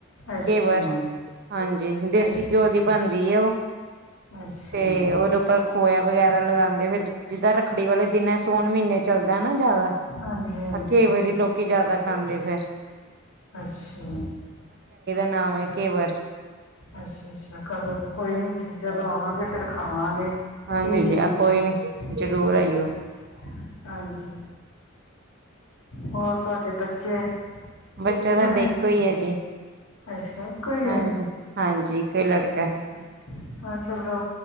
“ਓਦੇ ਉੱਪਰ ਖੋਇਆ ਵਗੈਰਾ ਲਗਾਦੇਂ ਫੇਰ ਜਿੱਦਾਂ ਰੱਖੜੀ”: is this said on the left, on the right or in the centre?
Right